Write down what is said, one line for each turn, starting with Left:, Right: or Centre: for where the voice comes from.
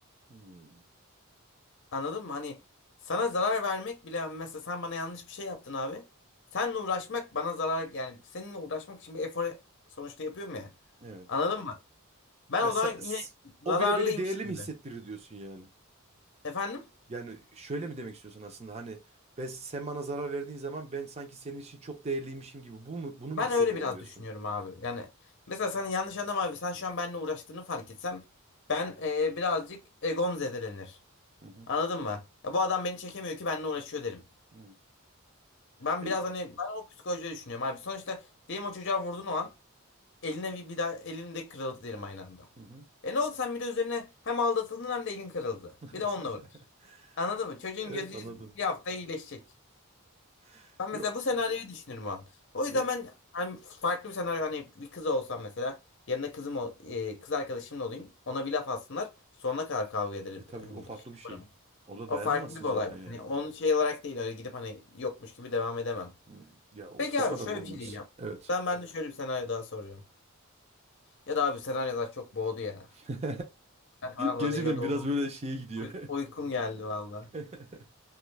Right: Hmm,
Left: Anladın mı? Hani sana zarar vermek bile hani, mesela sen bana yanlış bir şey yaptın abi. Seninle uğraşmak bana zarar yani seninle uğraşmak için bir efor sonuçta yapıyorum ya.
Right: Evet.
Left: Anladın mı? Ben
Right: Ya
Left: o
Right: sa-
Left: zaman
Right: s-
Left: yine zararlıymışım
Right: o bile beni değerli mi
Left: gibi.
Right: hissettirir diyorsun yani.
Left: Efendim?
Right: Yani şöyle mi demek istiyorsun aslında hani ben sen bana zarar verdiğin zaman ben sanki senin için çok değerliymişim gibi bu mu, bunu
Left: Ben
Right: mu hissederim
Left: öyle biraz
Right: diyorsun?
Left: düşünüyorum abi. Yani mesela sen yanlış anlama abi. Sen şu an benimle uğraştığını fark etsem ben e, birazcık egom zedelenir.
Right: Hı hı.
Left: Anladın mı? Ya bu adam beni çekemiyor ki benimle uğraşıyor derim.
Right: Hı.
Left: Ben
Right: E,
Left: biraz hani ben o psikolojide düşünüyorum abi. Sonuçta diyelim o çocuğa vurdun o an eline bir, bir daha elim de kırıldı derim aynı anda.
Right: Hı hı.
Left: E ne oldu sen bir de üzerine hem aldatıldın hem de elin kırıldı.
Right: <laughs>
Left: Bir de onunla uğraş. Anladın mı? Çocuğun
Right: Evet
Left: gözü
Right: anladım.
Left: bir hafta iyileşecek.
Right: <laughs>
Left: Ben mesela bu senaryoyu düşünürüm o an. O yüzden
Right: Yok.
Left: ben hani farklı bir senaryo hani bir kız olsam mesela yanında kızım ol- e, kız arkadaşımla olayım. Ona bir laf atsınlar. Sonuna kadar kavga ederim.
Right: E tabii
Left: Hani
Right: ki o farklı
Left: şey
Right: bir
Left: yaparım.
Right: şey. Orada
Left: O
Right: dayanamazsın
Left: farklı bir olay.
Right: zaten yani.
Left: Hani onun şey olarak değil öyle gidip hani yokmuş gibi devam edemem.
Right: Hmm, Ya o,
Left: Peki
Right: o
Left: abi
Right: kadar
Left: şöyle
Right: da olmaz.
Left: bir şey diyeceğim.
Right: Evet.
Left: Ben ben de şöyle bir senaryo daha soracağım. Ya da abi senaryolar çok boğdu ya.
Right: <laughs>
Left: Ben Vallahi
Right: Gerçekten
Left: yoruldum.
Right: biraz böyle şeye gidiyor.
Left: Uy- Uykum geldi vallahi.
Right: <laughs>